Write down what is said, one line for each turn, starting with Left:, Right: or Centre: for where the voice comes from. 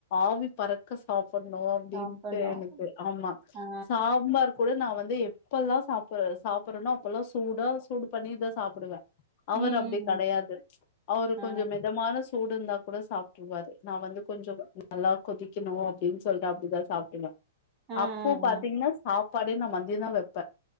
Left: ஆவி பறக்க சாப்புட்ணு அப்டின்ட்டு
Right: சாப்பிடணும்.
Left: எனக்கு ஆமா
Right: ஆ.
Left: சாம்பார் கூட நா வந்து எப்பெல்லா சாப்புற சாப்புட்றனோ அப்பலா சூடா சூடு பண்ணிதா சாப்புடுவே அவரு
Right: ம்,
Left: அப்டி
Right: ம்.
Left: கெடையாது அவரு
Right: ஆ.
Left: கொஞ்ச மெதமான சூ சூடு இருந்தா கூட சாப்பிட்ருவாரு நா வந்து கொஞ்ச நல்லா கொதிக்கணு அப்டின் சொல்ட்டு அப்டிதா சாப்டுவே
Right: ஆ,
Left: அப்போ
Right: ஆ, ஆ.
Left: இன்ன சாப்பாடே நா மதியந்தா வெப்பே